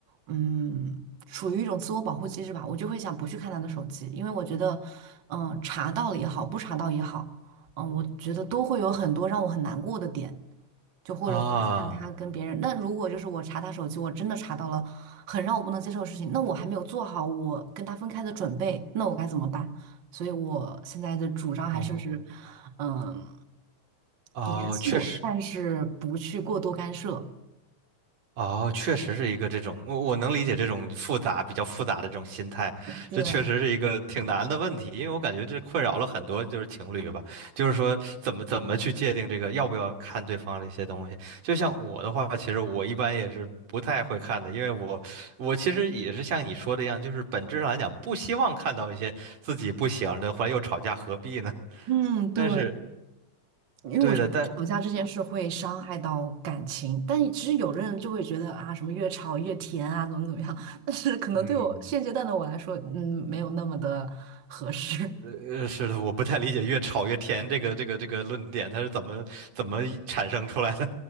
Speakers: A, on the right; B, on the right.
A: 嗯，处于一种自我保护机制吧，我就会想不去看他的手机，因为我觉得，嗯，查到了也好，不查到也好，嗯，我觉得都会有很多让我很难过的点，就或者发现他跟别人。
B: 啊，
A: 那如果就是我查他手机，我真的查到了很让我不能接受的事情，那我还没有做好我跟他分开的准备，那我该怎么办？所以我现在的主张还是是，
B: 哦
A: 嗯。
B: 哦，
A: 严肃，
B: 确实。
A: 但是不去过多干涉。
B: 哦，确实是一个这种，我我能理解这种复杂、比较复杂的这种心态，
A: 对，
B: 这确实是一个挺难的问题，因为我感觉这困扰了很多就是情侣吧，就是说怎么怎么去界定这个要不要看对方的一些东西。就像我的话，其实我一般也是不太会看的，因为我我其实也是像你说的一样，就是本质上来讲不希望看到一些自己不喜欢的，后来又吵架，何必呢？
A: 嗯，对，
B: 但是
A: 因为我觉得吵架这件事会伤害到感情，
B: 对的，但
A: 但其实有的人就会觉得啊，什么越吵越甜啊，怎么怎么样，但是可能对我现阶段的我来说，
B: 嗯。
A: 嗯，没有那么的合适。
B: 呃，呃，是的，我不太理解“越吵越甜”这个这个这个论点，它是怎么怎么产生出来的？